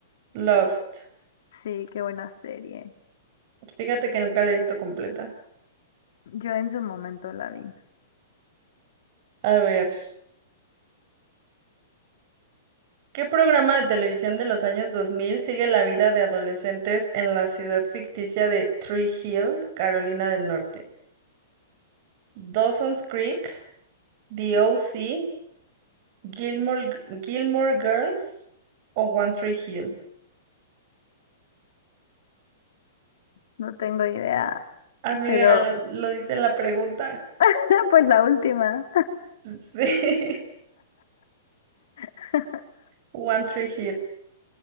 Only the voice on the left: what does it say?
Sí, qué buena serie.
Yo en su momento la vi.
No tengo idea,
pero
<laughs> pues la última.
<laughs>